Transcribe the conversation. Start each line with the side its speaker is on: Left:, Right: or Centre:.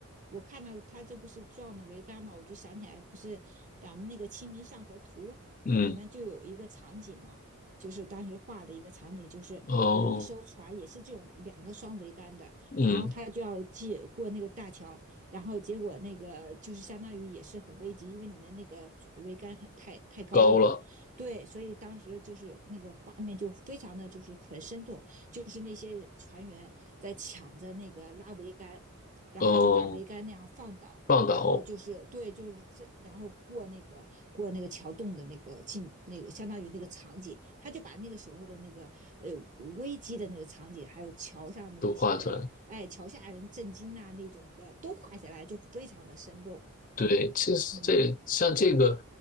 Right: 我看到他这不是撞了桅杆嘛，我就想起来，不是咱们那个《清明上河图》里面就有一个场景嘛，
Left: 嗯，
Right: 就是当时画的一个场景，就是有一艘船也是这种两个双桅杆的，
Left: 哦，嗯，
Right: 然后他就要借过那个大桥，然后结果那个就是相当于也是很危急，因为你的那个桅杆很太太高了嘛，
Left: 高了，
Right: 对，所以当时就是有那个画面就非常的就是很生动，就是那些船员在抢着那个拉桅杆。然后就把桅杆那样放倒，
Left: 哦，放倒
Right: 然后就是对，就是这，然后过那个过那个桥洞的那个进那个相当于那个场景，他就把那个时候的那个呃危机的那个场景，还有桥上的那些人，
Left: 都画出来，
Right: 哎，桥下人震惊呐、那种的都画下来，就非常的生动。
Left: 对，其实这像这个
Right: 嗯